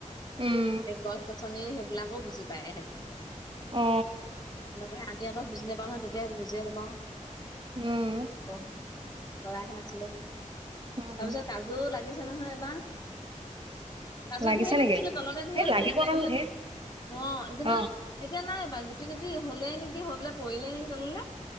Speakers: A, on the right (about 40°); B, on the left (about 30°).
A: উম,
B: গছ গছনী সেইবিলাকো বুজি পায় এহেতি।
A: অ
B: আকৌ সিহতে আজি বুজিয়ে নাপাওঁ ন তেতিয়া বুজিয়ে নাপাওঁ।
A: উম
B: অ কৰাহে নাছিলো।
A: উম।
B: তাৰপিছত কাজুও লাগিছে নহয় এবাৰ। কাজু
A: লাগিছে
B: ঢেৰ লাগিছিলে
A: নেকি?
B: তলতে ঢেৰ
A: এ লাগিব
B: ফুলিছিলে
A: তন
B: কিন্তু অ
A: ধেৰ।
B: কিন্তু
A: অ',
B: এতিয়া নাই পাই গুটি গুটি হ'লে নেকি হৈ পেলাই পৰিলে নেকি তললে।